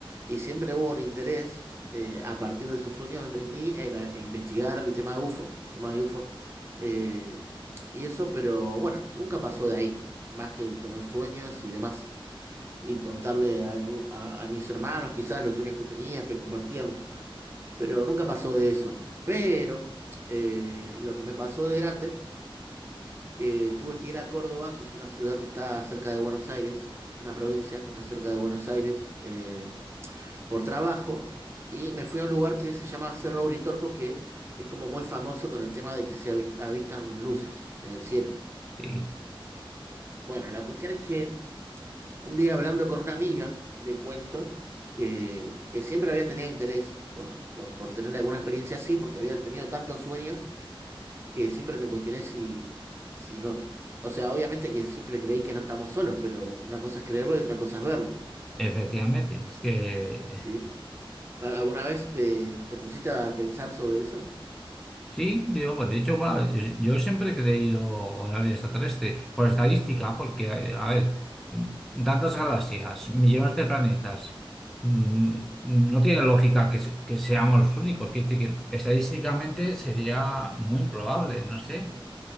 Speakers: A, on the right; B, in the centre.
A: y siempre hubo un interés eh, a partir de esos sueños de mí en, a- en investigar el tema de UFO, el tema de UFO. Eh, y eso, pero bueno, nunca pasó de ahí, más que tener sueños y demás. Y contarle a, algu- a a mis hermanos quizás los sueños que tenía, que compartíamos pero nunca pasó de eso. Pero eh, lo que me pasó de grande, que tuve que ir a Córdoba, que es una ciudad que está cerca de Buenos Aires, una provincia que está cerca de Buenos Aires, eh, por trabajo, y me fui a un lugar que se llama Cerro Uritorco, que es como muy famoso con el tema de que se avist- avistan luces en el cielo.
B: Sí,
A: Bueno, la cuestión es que un día hablando con una amiga, le cuento que, que siempre había tenido interés por, por, por tener alguna experiencia así, porque había tenido tantos sueños que siempre me cuestioné si, si no, o sea, obviamente que siempre creí que no estamos solos, pero una cosa es creerlo y otra cosa es verlo,
B: efectivamente, es que
A: ¿sí? ¿Al- ¿Alguna vez eh, te, pusiste a pensar sobre eso?
B: Sí, digo, pues, de hecho, bueno, yo, yo siempre he creído en la vida extraterrestre, por estadística, porque, eh, a ver, tantas galaxias, millones de planetas, mm, no tiene lógica que, se- que seamos los únicos. Quiere decir que estadísticamente sería muy improbable, no sé.